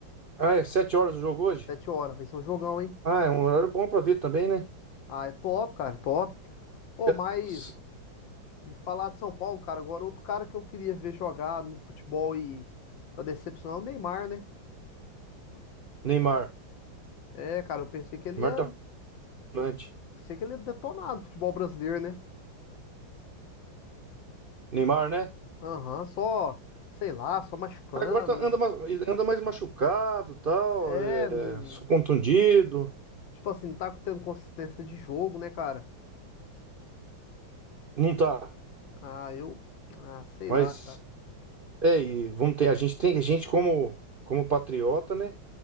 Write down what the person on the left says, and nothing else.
7 horas, vai ser um jogão, hein?
Ah, é top, cara, top. Ô,
mas.
E falar de São Paulo, cara, agora outro cara que eu queria ver jogar no futebol e tá decepcionado, é o Neymar, né?
É, cara, eu pensei que ele
ia,
pensei que ele ia detonar no futebol brasileiro, né?
Aham, só, sei lá, só machucando.
É,
não,
tipo assim, não tá tendo consistência de jogo, né, cara?
Ah, eu, ah, sei
lá, cara.